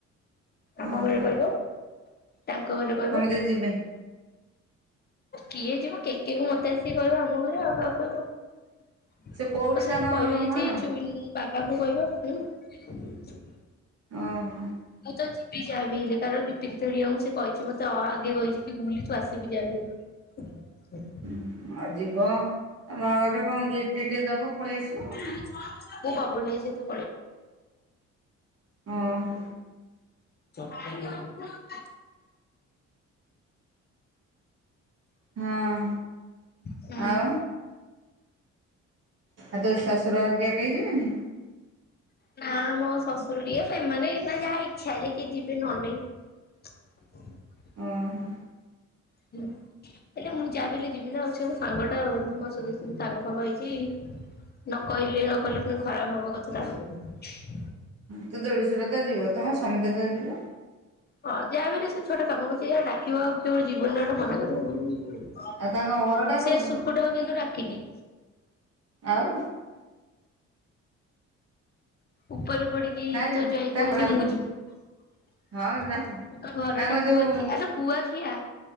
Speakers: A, on the right; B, on the left.
A: ଓହୋ
B: ଆମ ଘରେ କହିବ ତାଙ୍କ ଘରେ କହିବ?
A: ସମସ୍ତେ ଯିବେ
B: କିଏ ଯିବ କେ କେ କୁ ମତେ ଆସିକି କହିବ ଆମ ଘରେ ଆଉ କାହାକୁ କହିବ?
A: ସେ କୋଉଠି
B: ତ ସେଇଠି
A: ତାଙ୍କ
B: କହିବ ଯଦି
A: ଘର
B: ଚୁଡ଼ି ବାପାଙ୍କୁ କହିବ ହୁଁ।
A: ଅହ।
B: ମୁଁ ତ ଯିବି ଯାହା ବି ହେଲେ କାରଣ ଲିପି ଦିଧରିଆକୁ ସେ କହିଛି ମତେ ଆ ଆଗେ କହିଚି କି ବୁଲି ତୁ ଆସିବୁ ଯାହା ବି ହଉ। <inaudible>
A: ହୁଁ ଆଉ ଯିବ ତ ବାହାଘରରେ କଣ ଗିଫ୍ଟ ଫିଫ୍ଟ ଦବ ପଳେଇ ଆସିବ ଆଉ।
B: <unintelligible> ମୁଁ ବବୁଲ୍ ଭାଇ ସହିତ
A: ଓହୋ
B: ପଲେଇବି। <inaudible>
A: ହଁ।
B: ହୁଁ।
A: ଆଉ ଆଉ ତୋ ଶଶୁର ହେରିକା କେଇ ଯିବେନି।
B: ନା ମୋ ଶ୍ୱଶୁର ରିଅ ସେମାନେ ନା ଯାହା ଇଚ୍ଛା ହେଲେ କିଏ ଯିବେ ନହେଲେ ନାଇଁ। <inaudible>
A: ଓହୋ।
B: ହୁଁ। ହେଲେ ମୁଁ ଯାବି ହେଲେ ଯିବି ନା ଆଉ ସେ ମୋ ସାଙ୍ଗ ଟା ମୋ <inaudible> ସାଙ୍ଗ ଫାଙ୍ଗ ହେଇଛି। ନ କହିଲେ ନ କହିଲେ ପୁଣି ଖରାପ ହବ କଥାଟା।
A: ତୋ ଦେଡିଶ୍ୱର ତ ଯିବ ତମ ସମତେ ତ ଯିବେ।
B: ହଁ ଯାହା ବି ହେଲେ ସେ ଛୁଆଟା ତମୁକୁ ସିଏ ଡାକିବ ଆଉ ତୁମେ ଯିବ ନି ଗୋଟେ ମନେ କରିବ <inaudible>
A: ଆଉ ତାଙ୍କ ଘରଟା କୋଉଠି
B: ସେ ସୁଖୁଟାକୁ କିନ୍ତୁ ଡାକିନି।
A: ଆଉ।
B: ଉପରେ ପଡିି କି
A: ନାଲୋ
B: ତୋ ଯୋଇଁ
A: ତାଙ୍କ
B: କହୁଚି
A: ଘର
B: ମୁଁ ଯିମି <inaudible>
A: ହଁ ଜାଣିଛୁ
B: ତ ଘର
A: ତାଙ୍କ
B: ଟା
A: ଯୋଉ
B: କୁଆକିଆରେ କୁଆଖିଆ